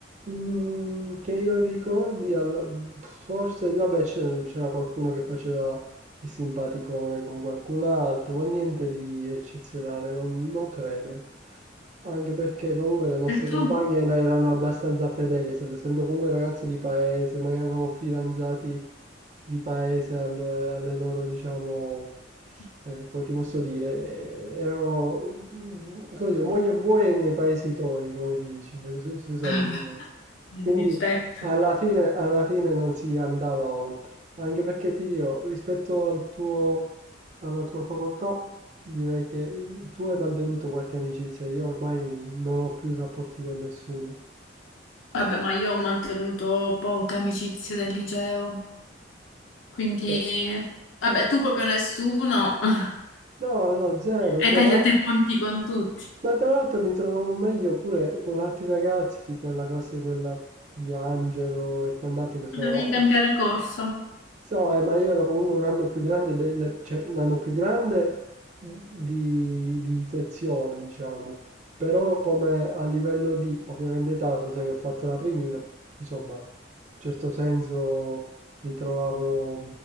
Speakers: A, on the right; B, on the left.
A: Mm, che io ricordi, al- forse, vabbè, c'è- c'era qualcuno che faceva il simpaticone con qualcun altro, ma niente di eccezionale, non, non credo. Anche perché comunque le nostre
B: E tu?
A: compagne no- erano abbastanza fedeli, essendo essendo comunque ragazze di paese, magari avevamo fidanzati di paese, al- alle loro, diciamo,
B: <laughs>
A: eh, come ti posso dire, eh, erano, mm, come dire, moglie e buoi nei paesi toi, come si dice, si usa, si usa
B: Vabbè,
A: a dire, insomma.
B: il
A: Quindi
B: tetto.
A: alla fine, alla fine non si andava oltre, anche perché ti dirò, rispetto al tuo, alla tua facoltà, direi che eh, tu hai mantenuto qualche amicizia, io ormai non ho più rapporti con nessuno.
B: Vabbè, ma io ho mantenuto poche amicizie del liceo, quindi...
A: Beh,
B: Vabbè, tu proprio nessuno. <laughs>
A: no, no, zero,
B: Hai
A: zero.
B: tagliato i ponti con tutti.
A: Ma tra l'altro mi trovavo meglio pure con altri ragazzi, tipo la classe quella di Angelo e quant'altri che sono...
B: Dovevi cambiare corso.
A: So, eh, ma io ero comunque un anno più grande del... cioè un anno più grande di, di sezione, diciamo. Però come a livello di, ovviamente età, lo sai che ho fatto la primina, insomma, in certo senso mi trovavo,